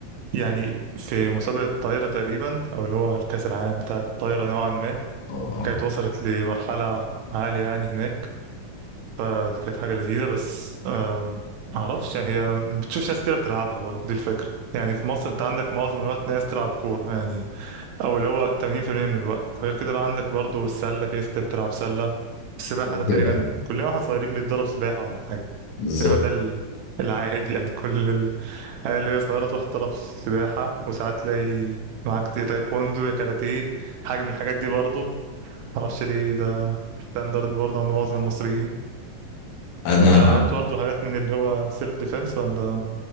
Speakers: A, on the right (about 75°); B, on the left (about 70°).
A: يعني في مسابقة الطايرة تقريبا أو اللي هو الكأس العالم بتاع الطايرة نوعا ما
B: اه
A: كانت وصلت لمرحلة عالية يعني هناك فدي كانت حاجة لذيذة بس آم، معرفش يعني هي ما بتشوفش ناس كتير بتلعبها برضه دي الفكرة يعني في مصر انت عندك معظم الوقت ناس تلعب كورة يعني او اللي هو 80% من الوقت غير كده بقى عندك برضه السلة في ناس كتير بتلعب سلة السباحة ده تقريبا
B: كده
A: كلنا واحنا صغيرين بنتدرب سباحة ولا حاجة
B: بالظبط
A: تقريبا ده ال- العادي يعني <laughs> كل العيال اللي هي صغيرة تروح تدرب سباحة وساعات تلاقي معاك يا تايكوندو يا كاراتيه حاجة من الحاجات دي برضه معرفش ليه ده ستاندرد برضه عند معظم المصريين
B: انا
A: انت لعبت برضه حاجات من اللي هو سيلف ديفense ولا